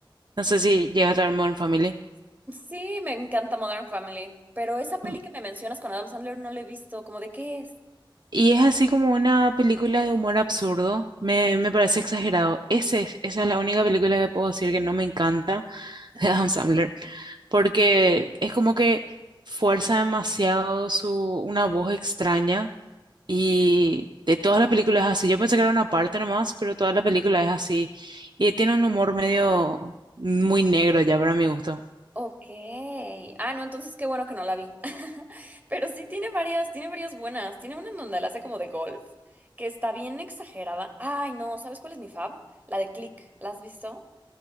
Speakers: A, on the right; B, on the right.
A: No sé si llegaste a ver Modern Family.
B: Sí, me encanta Modern Family, pero esa peli
A: Mm,
B: que me mencionas con Adam Sandler no la he visto, ¿cómo de qué es?
A: Y es así como una película de humor absurdo. Me, me parece exagerado. Ese es- esa es la única película que puedo decir que no me encanta de Adam Sandler. porque es como que fuerza demasiado su, una voz extraña y de todas las películas es así. Yo pensé que era una parte nomás, pero toda la película es así y tiene un humor medio muy negro ya para mi gusto.
B: Ok. Ah, no, entonces qué bueno que no la vi. <laughs> Pero sí tiene varias, tiene varias buenas. Tiene una en donde la hace como de golf, que está bien exagerada. Ay, no, ¿sabes cuál es mi fab? La de Click. ¿La has visto?